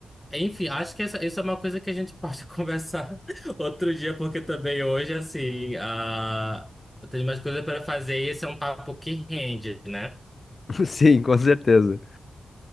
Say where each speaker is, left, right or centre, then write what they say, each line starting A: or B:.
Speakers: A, in the centre; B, on the left.
A: enfim, acho que essa, isso é uma coisa que a gente pode <laughs> conversar outro dia, porque também hoje, assim, a... eu tenho umas coisas para fazer e esse é um papo que rende, né?
B: <laughs> sim, com certeza.